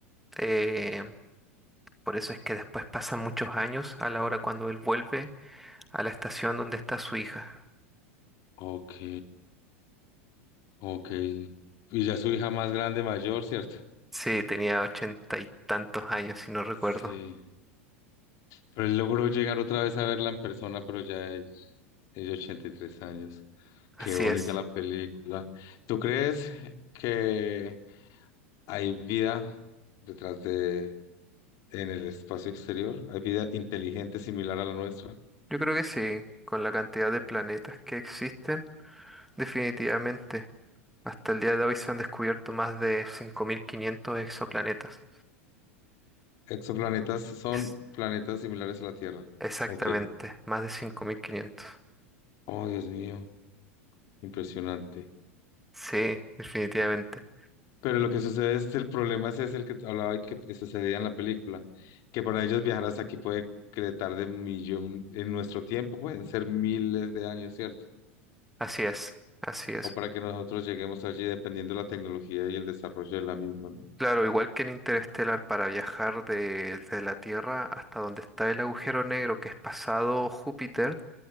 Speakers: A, in the centre; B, on the left.
A: eh, por eso es que después pasan muchos años a la hora cuando él vuelve a la estación donde está su hija.
B: ok, ok. Y ya su hija más grande, mayor, ¿cierto?
A: Sí, tenía ochenta y tantos años, si no recuerdo.
B: Sí. Pero él logró llegar otra vez a verla en persona, pero ya es, es de 83 años.
A: Así
B: Qué bonita
A: es.
B: la película. ¿Tú crees que Hay vida detrás de, en el espacio exterior, hay vida inteligente similar a la nuestra.
A: Yo creo que sí, con la cantidad de planetas que existen, definitivamente. Hasta el día de hoy se han descubierto más de 5.500 exoplanetas.
B: Exoplanetas son
A: Es-
B: planetas similares a la Tierra.
A: Exactamente,
B: Ok.
A: más de cinco mil quinientos
B: Oh, Dios mío, impresionante.
A: Sí, definitivamente.
B: Pero lo que sucede es el problema ese es ese el que te hablaba y que que sucedía en la película, que para ellos viajar hasta aquí puede que le tarde millón, en nuestro tiempo pueden ser miles de años, ¿cierto?
A: Así es, así es.
B: O para que nosotros lleguemos allí dependiendo de la tecnología y el desarrollo de la misma, ¿no?
A: Claro, igual que en Interestelar, para viajar de, de la Tierra hasta donde está el agujero negro que es pasado Júpiter,